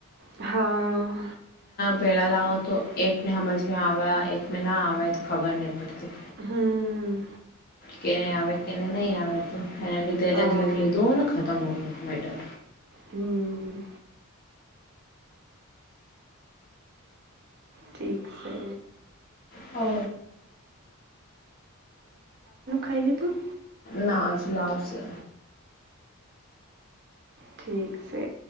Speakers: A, on the right; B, on the left.
A: હા
B: પેડા લાઓ, તો એક મે સમજમાં આવેવા્યા એક મે ના આવા્યા, તો ખબર ન પડતી.
A: હમ્મ.
B: કેને આવે કેને નહી, આવે તો એના લીધે અલગ
A: હા
B: અલગ લીધું હો, ને ખતમ હોય, મેટર
A: હમ્મ. ઠીક સે
B: હો
A: ખલી તું
B: ના જ લાવશે
A: ઠીક છે,